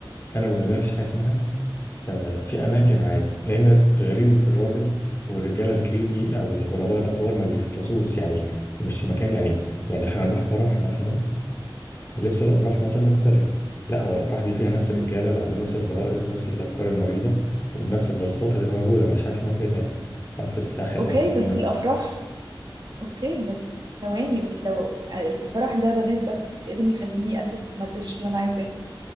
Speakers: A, on the left (about 30°); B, on the right (about 50°).
A: انا بالنسبه لي مفيش حاجه اسمها آه، في اماكن عادي لان غريزه الراجل والرجاله الكريبي او الغرباء الاطوار ما بيخلصوش يعني مش مكان يعني يعني احنا هنروح فرح مثلا فلبس الافراح مثلا مختلف لا هو الافراح دي فيها نفس
B: مم.
A: الرجاله اللي عندهم نفس الغرائز ونفس الافكار المريضه ونفس البساطه هتبقى موجوده مفيش حاجه اسمها كده يعني او في الساحل
B: اوكي
A: او في الجونه
B: بس الافراح اوكي بس ثواني بس لو الفرح ده بنات بس ايه اللي يخليني البس ما البسش اللي انا عايزاه